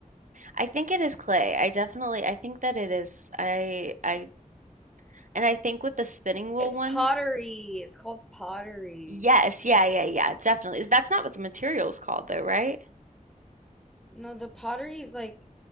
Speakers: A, on the right; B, in the centre.
A: I think it is clay. I definitely I think that it is. I I and I think with the spinning wheel
B: It's
A: one,
B: pottery. It's called pottery.
A: yes, yeah, yeah, yeah, definitely. Is That's not what the material's called though, right?
B: No, the pottery is like